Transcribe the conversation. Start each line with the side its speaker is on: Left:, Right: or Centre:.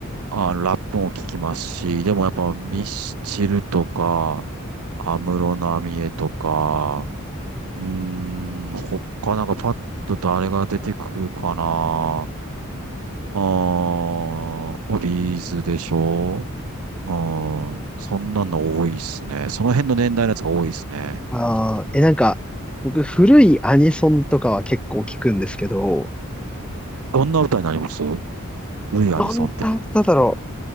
Right: あ、ラップも聞きますし、でもやっぱミスチルとか、安室奈美恵とか、うーん、他なんかパッと誰が出てくるかな。あー、ビーズでしょ。うん。そんなの多いっすね。その辺の年代のやつが多いっすね。
Centre: ああ、え、なんか、僕、古いアニソンとかは結構聞くんですけど、
Right: どんな歌になりますルイ・
Centre: どんな歌だろ
Right: アニソンって。